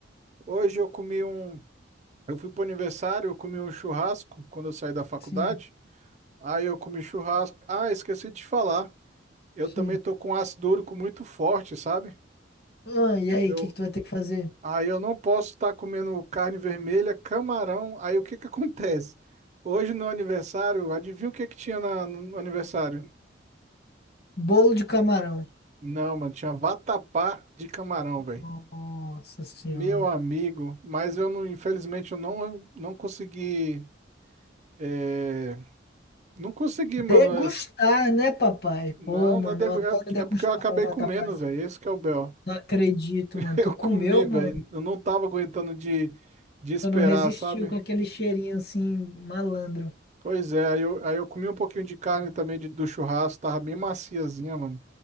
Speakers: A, on the right; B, on the left.
A: hoje eu comi um. Eu fui pro aniversário, eu comi um churrasco quando eu saí da faculdade.
B: Sim.
A: Aí eu comi churrasco. Ah, esqueci de falar. Eu
B: Sim.
A: também tô com ácido úrico muito forte, sabe?
B: Ah, e aí,
A: Eu...
B: o que que tu vai ter que fazer?
A: Aí eu não posso estar comendo carne vermelha, camarão. Aí o que que <laughs> acontece? Hoje no aniversário, adivinha o que que tinha na- no aniversário?
B: Bolo de camarão.
A: Não, mano, tinha vatapá de camarão, velho.
B: Nossa senhora.
A: Meu amigo, mas eu não, infelizmente, eu não, não consegui. é, não consegui, mano.
B: Degustar,
A: es-
B: né, papai? Pô,
A: Não,
B: mano,
A: não é, degu-
B: eu adoro
A: é,
B: degustar
A: é porque eu acabei
B: um vatapazinho.
A: comendo, velho. Esse que é o B.O.
B: Não acredito,
A: <laughs>
B: mano.
A: Eu
B: Tu comeu,
A: comi, velho.
B: mano?
A: Eu não tava aguentando de, de esperar,
B: Tu não resistiu
A: sabe?
B: com aquele cheirinho assim, malandro.
A: Pois é, aí eu, aí eu comi um pouquinho de carne também de- do churrasco, tava bem maciazinha, mano.